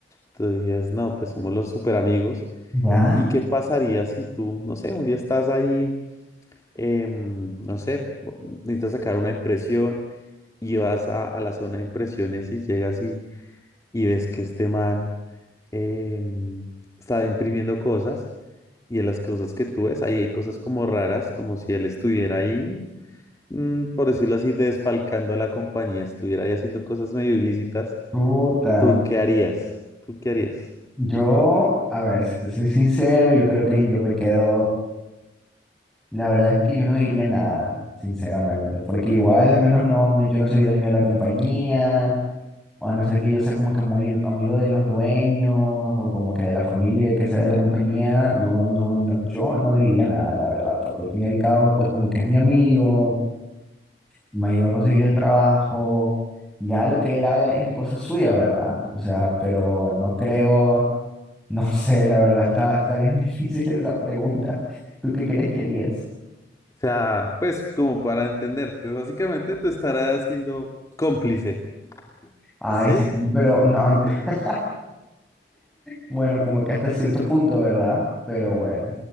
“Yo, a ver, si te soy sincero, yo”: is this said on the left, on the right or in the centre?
Centre